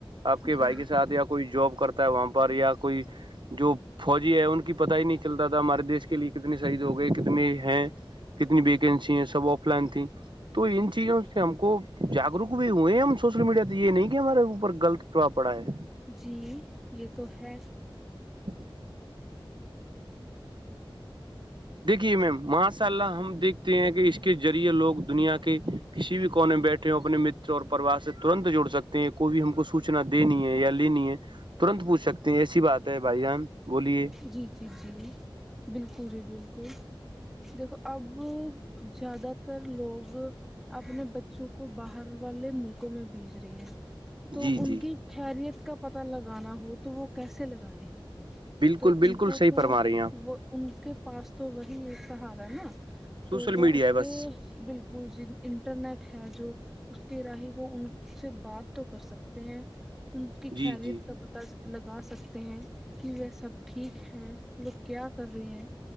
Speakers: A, on the right; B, in the centre.
A: آپ کے
B: جی
A: بھائی کے ساتھ یا کوئی جاب کرتا ہے وہاں پر یا کوئی جور،۔ <inaudible> فوجی ہے ان کی پتا ہی نہیں چلتا تھا ہمارے دیش کے لیے کتنے شہید ہو گئے کتنے ہیں کتنی ویکنسی ہیں سب آف لائن تھی تو ان چیزوں سے ہم کو جاگروک بھی ہوئے ہیں ہم سوشل میڈیا تو یہ نہیں کہ ہمارے اوپر غلط پرباؤ پڑا ہے
B: جی یہ تو ہے
A: ج <unintelligible> <inaudible> دیکھیے میم ماشاء اللہ ہم دیکھتے ہیں کہ اس کے ذریعے لوگ دنیا کے کسی بھی کونےمیں بیٹھے ہو اپنے متر اور پریوار سے ترنت جوڑ سکتے ہیں کوئی بھی ہم کو سوچنا دینی ہے یا لینی ہے ترنت پوچھ سکتے ہیں ایسی بات ہے بھائی جان بولیے
B: جی جی جی بلکل ہی بلکل دیکھو اب جیادہ تر لوگ اپنے بچوں کو باہر والے ملکوں میں بھیج رہے ہیں تو
A: جی
B: ان
A: جی
B: کی خیریت کا پتہ لگانا ہو تو وہ کیسے لگائیں
A: بالکل
B: تو
A: بالکل
B: ان کو
A: صحیح
B: تو
A: فرما رہی ہیں آپ
B: وہ ان کے پاس تو وہی ایک سہارا ہے نا
A: سوشل
B: تو وہ
A: میڈیا
B: اس
A: ہے بس
B: کے بالکل جی انٹرنیٹ ہے جو اس کے راہ وہ ان سے بات تو کر سکتے ہیں ان کی
A: جی
B: خیریت
A: جی
B: کا پتا لگا سکتے ہیں کہ ویسا سب ٹھیک ہے وہ کیا کر رہی ہیں